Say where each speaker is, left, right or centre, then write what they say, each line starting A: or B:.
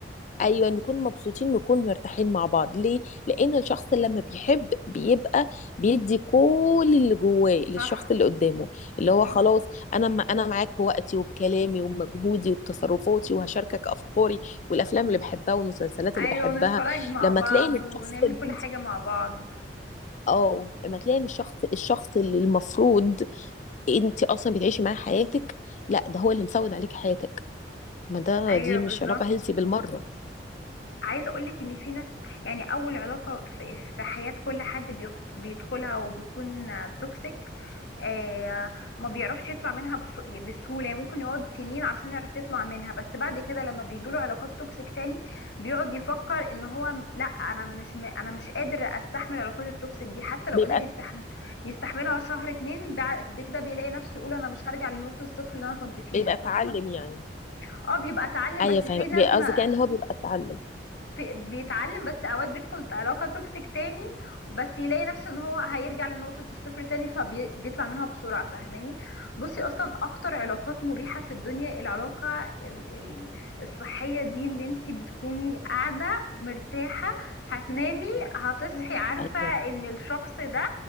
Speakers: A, on the left (about 45°); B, on the left (about 75°).
A: ايوه نكون مبسوطين ونكون مرتاحين مع بعض ليه لان الشخص لما بيحب بيبقى بيدي كل اللي جواه للشخص
B: صح
A: اللي قدامه اللي هو خلاص انا م- انا معاك بوقتي وبكلامي وبمجهودي وبتصرفاتي وهشاركك افكاري والافلام اللي بحبها والمسلسلات
B: ايوه
A: اللي بحبها
B: ونتفرج مع
A: لما
B: بعض
A: تلاقي إن الشخص
B: ونعمل
A: اللي
B: كل
A: انت
B: حاجة مع بعض
A: اه لما تلاقي إن الشخص الشخص اللي المفروض انت اصلا بتعيشي معاه حياتك لا ده هو اللي مسود عليك حياتك طب ما ده
B: ايوه
A: دي
B: بالظبط
A: مش علاقة هيلثي بالمرة
B: عايزه اقول لك ان في ناس يعني اول علاقه في, في حياه كل حد بيخ- بيدخلها وبتكون آه، توكسيك آه ما بيعرفش يطلع منها بس- بسهوله يعني ممكن يقعد سنين عشان يعرف يطلع منها بس بعد كده لما بيجيله علاقات توكسيك تاني بيقعد يفكر ان هو م- لا انا مش م... انا مش قادر استحمل العلاقات التوكسيك دي حتى لو
A: بيبقى
B: قدر يستحمل يستحملها شهر اتنين بعد كده بيلاقي نفسه يقول انا مش هرجع لنقطه الصفر اللي انا كنت فيها
A: بيبقى اتعلم
B: فاهمه
A: يعني
B: اه بيبقى اتعلم
A: ايوه
B: بس
A: فاهمه
B: في ناس ما
A: قصدي كان هو بيبقى اتعلم
B: في بيتعلم بس اوقات بيدخل علاقة توكسيك تاني بس يلاقي نفسه ان هو هيرجع لنقطة الصفر تاني فبيطلع منها بسرعة فاهماني بصي اصلا اكتر علاقات مريحة في الدنيا العلاقة ال- ال- الصحية دي اللي انتي بتكوني قاعدة مرتاحة هتنامي هتصحي عارفة
A: ايوه
B: ان الشخص ده